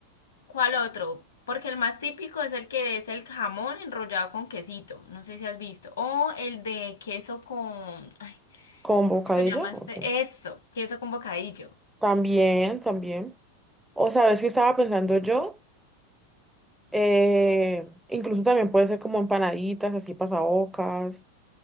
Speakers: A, on the left; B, in the centre.
A: ¿Cuál otro? Porque el más típico es el que es el jamón enrollado con quesito. No sé si has visto. O el de queso con... Ay,
B: ¿Con bocadillo?
A: ¿qué se llama este?
B: Ok.
A: Eso, queso con bocadillo.
B: También, también. O sabes que estaba pensando yo, Eh, incluso también puede ser como empanaditas, así pasabocas.